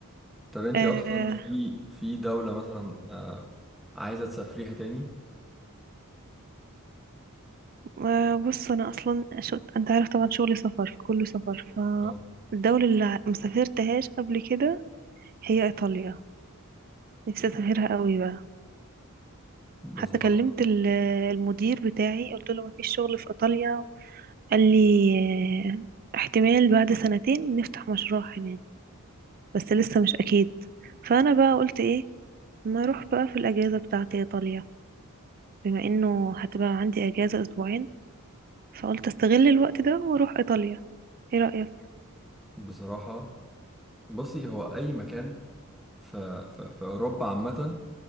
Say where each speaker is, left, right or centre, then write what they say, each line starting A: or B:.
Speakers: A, in the centre; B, on the right.
A: طب انتي
B: آه
A: اصلا في في دولة مثلا آه، عايزة تسافريها تاني
B: آه، بص انا اصلا شو... انت عارف طبعا شغلي سفر فكله سفر فالدولة
A: اه
B: اللي ع- مسافرتهاش قبل كده هي ايطاليا نفسي اسافرها قوي بقى
A: بصراحة
B: حتى كلمت ال- المدير بتاعي قلت له مفيش شغل في ايطاليا قال لي آه، احتمال بعد سنتين نفتح مشروع هناك بس لسه مش اكيد فانا بقى قلت ايه ما اروح بقى في الاجازة بتاعتي ايطاليا بما انه هتبقى عندي اجازة اسبوعين فقلت استغل الوقت ده واروح ايطاليا ايه رأيك
A: بصراحة بصي هو أي مكان في, في, في أوروبا عامة